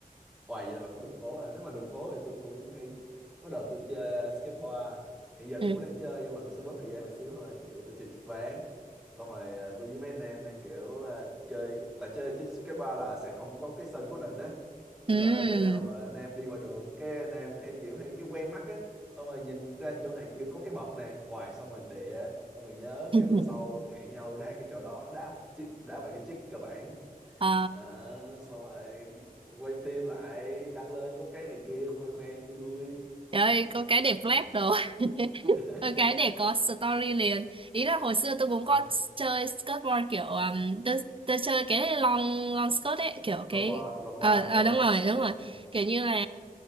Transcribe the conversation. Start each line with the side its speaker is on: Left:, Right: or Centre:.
Centre: Hoài vậy là bà cũng đường phố hả? Nếu mà đường phố thì tôi cũng hay có đợt tôi chơi uh, skateboard. Hiện giờ
Right: ừ.
Centre: tôi cũng đang chơi nhưng mà tôi sẽ bớt thời gian lại xíu thôi. Kiểu tôi chơi trượt ván. Xong rồi uh, tôi với mấy anh em hay kiểu uh, chơi tại chơi chứ skateboard là sẽ không có cái sân cố định á. Nên
Right: Ừm.
Centre: là bữa nào mà anh em đi ngoài đường cái anh em hay kiểu hay cái quen mắt á, xong rồi nhìn ra chỗ này kiểu có cái bậc này, hoài xong rồi địa, xong rồi nhớ
Right: <laughs>
Centre: cái bữa sau hẹn nhau ra cái chỗ đó đá một chiếc đá vài cái chiếc cơ bản
Right: Ờ,
Centre: Ờ, xong rồi quay phim lại đăng lên có cái này kia khoe khoe cũng vui
Right: trời ơi
Centre: Ờ.
Right: có cái đẹp flash đồ <laughs>
Centre: <laughs>
Right: Ừ, cái để có story liền ý là hồi xưa tôi cũng
Centre: Ừ.
Right: có chơi skateboard kiểu um, tôi, tôi chơi cái long long skirt ấy kiểu
Centre: Lông
Right: cái
Centre: bò lông bò
Right: ờ
Centre: phải không
Right: ờ, đúng rồi đúng
Centre: Ờ.
Right: rồi kiểu như là